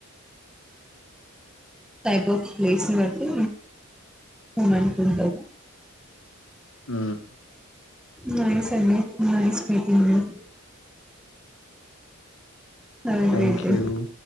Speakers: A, in the centre; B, on the left (about 65°).
A: type of place నీ బట్టి పోమనుకుంటారు
B: ఉమ్మ్
A: నైస్ అండి నైస్ మీటింగ్ యు అది
B: థ్యాంక్
A: రెడ్డి
B: యూ